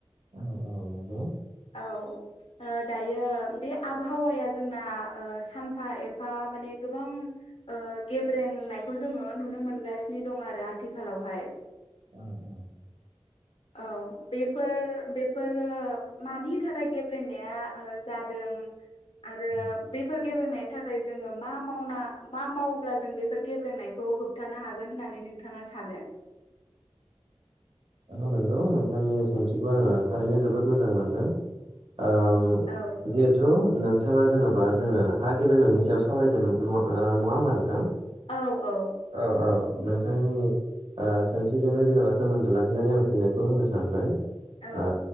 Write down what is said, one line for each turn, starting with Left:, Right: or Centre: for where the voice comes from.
Right: औ औ नंगौ
Left: औ ओ दायो बे आबहावाया जोंना ओ सानफा एफा माने गोबां ओ गेब्रेंनायखौ जोङो नुनो मोन गासिनो दं आरो आथिखालावहाय
Right: अ अ
Left: औ बेफोर बेफोर ओ मानि थाखाय गेब्रेनाया जादों आरो
Right: औ
Left: बेफोर गेब्रेंनायनि थाखाय जोङो मा मावना मा मावोब्ला जों बेफोर गेब्रेंनायखौ होबथानो हागोन होननानै नोंथाङा सानो
Right: औ नंगौ नोंथांनि सोंथिखौ आङो थारैनो जोबोद मोजां मोनदों ओम
Left: औ
Right: जिहेथु नों नोंथाङा जेन'बा जोङो हा गेबेंनायनि सायाव सावरायगोन नङा होमबा नोंथां
Left: औ औ
Right: औ औ नोंथांनि सोंथिजोंनो जेनेबा सोमोन्दो लाखिनानै आं फिननायखौ होनो सानबाय
Left: औ
Right: आ